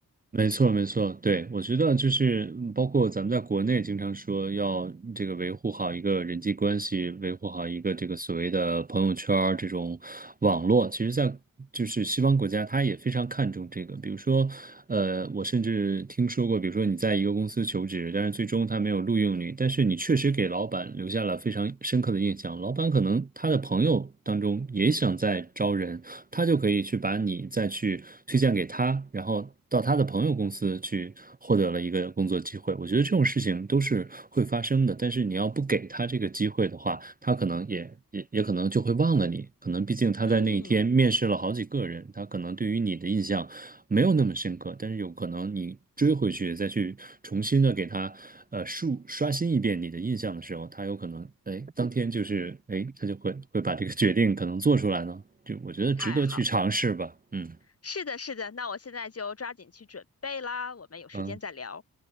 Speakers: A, on the right (about 25°); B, on the left (about 40°).
A: 没错，没错，对，我觉得就是嗯包括咱们在国内经常说要这个维护好一个人际关系，维护好一个这个所谓的朋友圈儿这种网络，其实在就是西方国家，他也非常看重这个。比如说，呃，我甚至听说过，比如说你在一个公司求职，但是最终他没有录用你，但是你确实给老板留下了非常深刻的印象，老板可能他的朋友当中也想再招人。他就可以去把你再去推荐给他，然后到他的朋友公司去获得了一个工作机会。我觉得这种事情都是会发生的，但是你要不给他这个机会的话，他可能也也也可能就会忘了你。可能毕竟他在那一天面试了好几个人，
B: 嗯，
A: 他可能对于你的印象没有那么深刻，但是有可能你追回去再去重新的给他呃述刷新一遍你的印象的时候，他有可能哎当天就是哎他就会会把这个决定可能做出来呢，就我觉得值得去尝试吧，
B: 太好，
A: 嗯
B: 是的，是的，那我现在就抓紧去准备啦，我们有时间再聊。
A: 嗯，